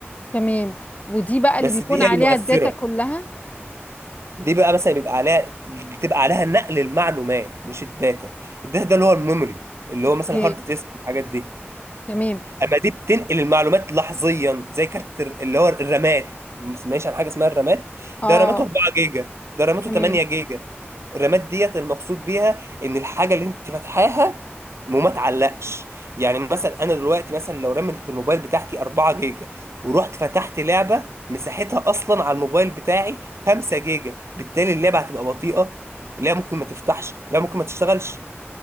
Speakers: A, on the left; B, on the right.
A: تمام ودي بقى اللي
B: بس
A: بيكون
B: دي هي
A: عليها
B: المؤثره
A: الداتا كلها
B: دي بقى مثلا بيبقى عليها بتبقى عليها نقل المعلومات مش الداتا الداتا ده اللي هو الميموري اللي
A: اوكي
B: هو مثلا هارد ديسك والحاجات دي
A: تمام
B: اما دي بتنقل المعلومات لحظيا زي كارت الر- اللي هو الرامات ما سمعناش عن حاجه اسمها الرامات
A: اه
B: ده
A: آه،
B: راماته 4 جيجا ده راماته
A: تمام
B: 8 جيجا الرامات ديت المقصود بيها ان الحاجه اللي انت فاتحاها وما تعلقش يعني مثلا انا دلوقتي مثلا لو رميت الموبايل بتاعتي 4 جيجا ورحت فتحت لعبه مساحتها اصلا على الموبايل بتاعي 5 جيجا بالتالي اللعبه هتبقى بطيئه لا ممكن ما تفتحش لا ممكن ما تشتغلش